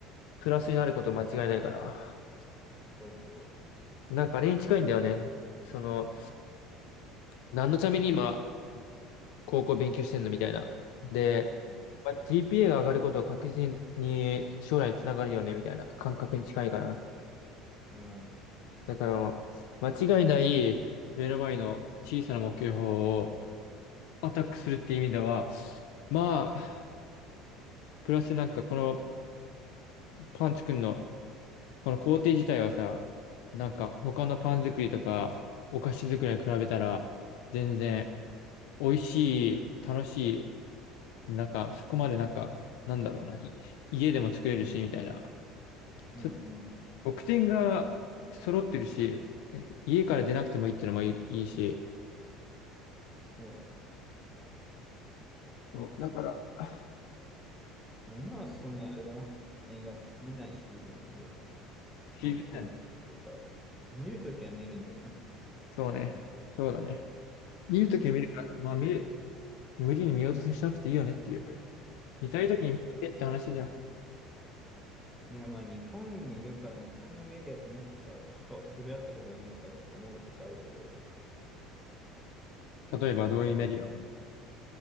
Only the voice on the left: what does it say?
プラスになること間違いないから、
なんかあれに近いんだよね。その、何のために今、高校勉強してんのみたいな。で、
まあ、GPA が上がることは確実に将来につながるよね、みたいな感覚に近いかな。
だから、間違いない目の前の小さな目標をアタックするっていう意味では、まあ、プラスなんかこのパン作るの、この工程自体はさ、なんか他のパン作りとかお菓子作りに比べたら、全然美味しい、楽しい、なんかそこまでなんか、なんだろうな、い家でも作れるし、みたいな。
ちょっと得点が揃ってるし、え家から出なくてもいいっていうのもいい、いいし。
そうだから、あ、
気づいてない。
そうね。そうだね。見るときは見るから、
まあ見る。無理に見落とししなくていいよねっていう。見たいときに見たけって話だよ。
例えばどういうメディア